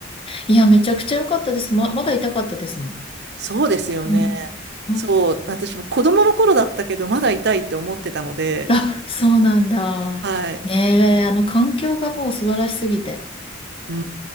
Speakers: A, on the left (about 30°); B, on the right (about 60°).
A: いや、めちゃくちゃ良かったです。ま、まだ痛かったですもん。
B: そうですよね。
A: うんうん
B: そう。私も子供の頃だったけど、まだ痛いって思ってたので、
A: あ、そうなんだ。
B: はい。
A: ねえ、あの環境がもう素晴らしすぎて。
B: うー